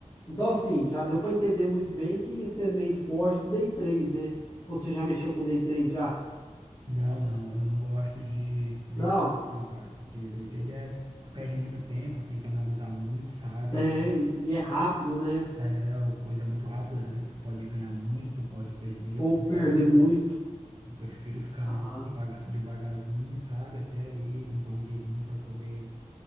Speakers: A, on the left; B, on the right.
A: então assim, já deu para entender muito bem que você é meio forte do day trade, né? Ou Você já mexeu com day trade já?
B: Não, não, eu não gosto de date,
A: Não,
B: não, cara, porque deleted é perde muito tempo, tem que analisar muito, sabe?
A: tem, e é rápido, né?
B: É uma coisa é muito rápida, às vezes tu pode ganhar muito, tu pode perder, eu
A: Ou
B: prefiro
A: perder muito.
B: eu prefiro ficar nesse
A: Aham,
B: devaga, devagarzinho, sabe? Até ali juntar um dinheirinho para poder